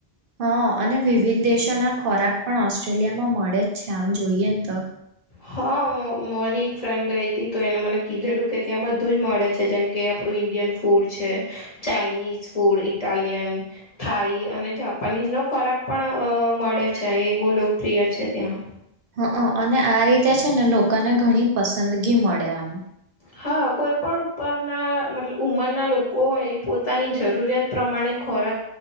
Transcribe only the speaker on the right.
હા અને વિવિધ દેશો ના ખોરાક પણ ઓસ્ટ્રેલિયામાં મળે જ છે આમ જોઈએ ન તો.
હ અને આ રીતે છે ને લોકોને ઘણી પસંદગી મળે આમ.